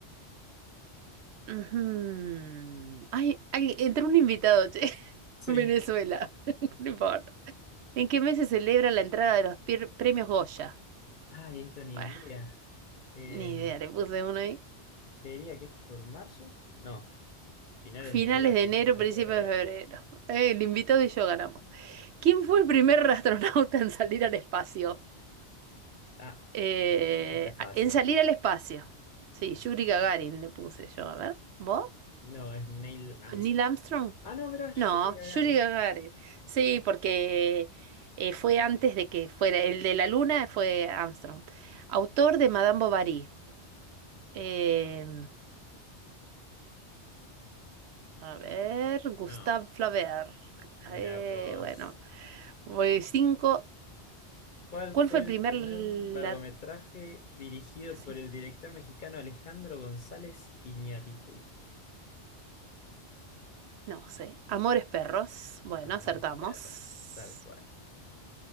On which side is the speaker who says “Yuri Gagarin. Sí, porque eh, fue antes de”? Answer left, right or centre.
Right